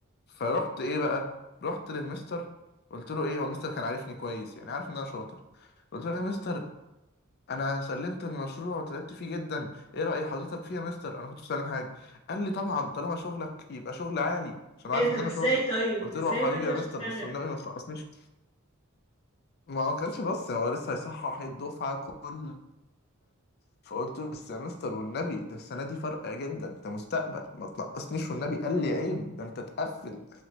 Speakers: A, on the left; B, on the left.
A: فروحت ايه بقى رحت للمستر قلت له ايه هو المستر كان عارفني كويس يعني عارف ان انا شاطر قلت له يا مستر انا سلمت المشروع وتعبت فيه جدا ايه رأي حضرتك فيه يا مستر انا كنت بسلم حاجه قال لي طبعا طالما شغلك يبقى شغل عالي عشان
B: ايه
A: عارف
B: ده
A: ان
B: طب
A: انا
B: ازاي
A: شاطر
B: طيب
A: قلت
B: ازاي
A: له يا حبيبي
B: وانت
A: يا
B: مش
A: مستر
B: مسلم
A: بس والنبي ما تنقصنيش ما هو كانش بس هو لسه هيصحح الدفعه كلها فقلت له بس يا مستر والنبي ده السنه دي فرقه جدا انت مستقبل ما تنقصنيش والنبي قال لي عيب ده انت تقفل